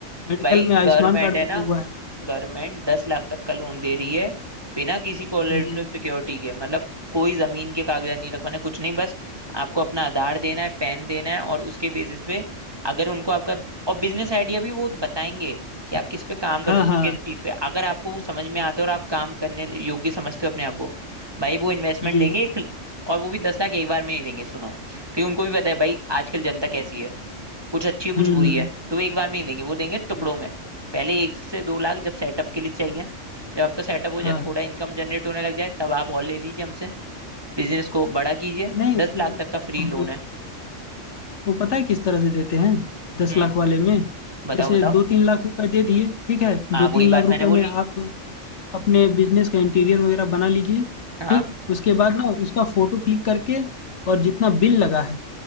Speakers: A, on the left (about 65°); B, on the right (about 20°).
A: मेडिकल
B: भाई
A: में आयुष्मान
B: गवर्नमेंट
A: कार्ड
B: है
A: बना
B: ना
A: हुआ है
B: गवर्नमेंट दस लाख तक का लोन दे रही है बिना किसी कोलेटरल
A: जी
B: सिक्योरिटी के मतलब कोई जमीन के कागजात नहीं रखवाने कुछ नहीं बस आपको अपना आधार देना है पैन देना है और उसके बेसिस पे अगर उनको आपका और बिजनेस आइडिया भी वो बताएंगे कि आप किस पे काम कर
A: हाँ
B: सकते
A: हाँ
B: हो किस चीज पे अगर आपको वो समझ में आता है और आप काम करने योग्य समझते हो अपने आप को भाई वो इन्वेस्टमेंट
A: जी
B: देंगे
A: जी
B: एक, और वो भी दस लाख एक बार में नहीं देंगे सुनो क्योंकि उनको भी पता है भाई आजकल जनता कैसी है कुछ अच्छी है कुछ
A: हम्म
B: बुरी
A: हम्म
B: है तो वो एक बार में नहीं देंगे वो देंगे टुकड़ों
A: जी जी
B: में पहले एक से दो लाख जब सेटअप के लिए चाहिए जब आपका सेटअप हो
A: हाँ
B: जाए थोड़ा इनकम जनरेट होने लग जाए तब आप और ले लीजिए हमसे बिजनेस को बड़ा कीजिए
A: नहीं
B: दस लाख तक का फ्री
A: वो-
B: लोन है
A: वो पता है किस तरह से देते हैं दस
B: हम्म
A: लाख वाले में
B: बताओ
A: जैसे
B: बताओ
A: दो तीन लाख रुपए दे दिए ठीक है
B: हाँ
A: दो
B: वही
A: तीन
B: बात
A: लाख रुपए
B: मैंने बोली
A: में आप अपने बिजनेस का इंटीरियर वगैरह बना लीजिए
B: हाँ
A: ठीक उसके बाद ना उसका फोटो क्लिक करके और जितना बिल लगा है